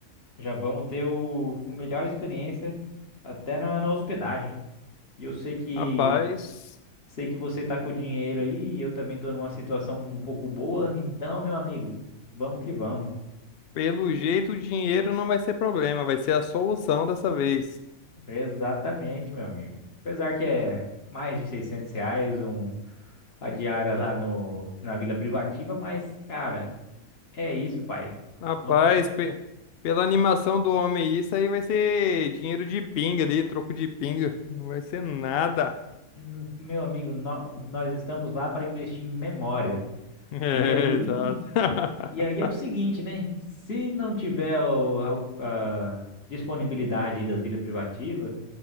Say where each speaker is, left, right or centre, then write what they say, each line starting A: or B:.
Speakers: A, on the left; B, on the left.
A: já vamos ter o, o melhor experiência até na, na hospedagem. E eu sei que
B: Rapaz,
A: sei que você tá com dinheiro aí, e eu também tô numa situação um pouco boa. Então, meu amigo, vamos que vamos.
B: pelo jeito o dinheiro não vai ser problema, vai ser a solução dessa vez.
A: Exatamente, meu amigo. Apesar que é mais de 600 reais um, a diária lá no, na Vila Privativa, mas, cara, é isso, pai.
B: Rapaz,
A: Vamos,
B: pe- pela animação do homem, isso aí vai ser dinheiro de pinga ali, troco de pinga. Não vai ser nada. <laughs>
A: hum, meu amigo, nó- nós estamos lá para investir em memória.
B: É,
A: E aí.
B: exato. <laughs>
A: E aí é o seguinte, né? Se não tiver o- a, op- a disponibilidade aí das vilas privativas,